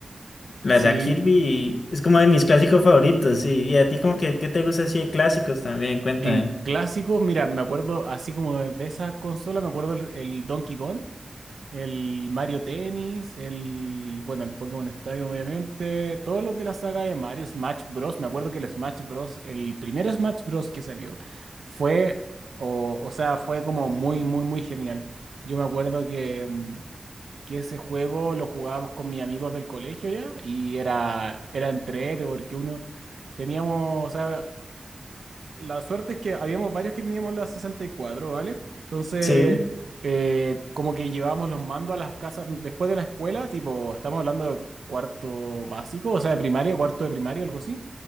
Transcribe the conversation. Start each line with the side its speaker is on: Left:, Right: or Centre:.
Left: la
Right: sí.
Left: verdad, Kirby
Right: sí.
Left: es como de mis clásicos favoritos, sí. Y a ti como que, ¿qué te gusta así de clásicos también? Cuéntame.
Right: En clásicos, mira, me acuerdo así como de esas consolas, me acuerdo el, el Donkey Kong, el Mario Tennis, el, bueno, el Pokémon Stadium, obviamente, todos los de la saga de Mario, Smash Bros. Me acuerdo que el Smash Bros., el primer Smash Bros. que salió, fue, o, o sea, fue como muy, muy, muy genial. Yo me acuerdo que mm, que ese juego lo jugábamos con mis amigos del colegio ya y era, era entrete porque uno teníamos, o sea, la suerte es que habíamos varios que teníamos la 64, ¿vale? Entonces,
Left: Sí,
Right: eh, como que llevábamos los mandos a las casas después de la escuela, tipo, estamos hablando de cuarto básico, o sea, de primaria, cuarto de primaria, algo así.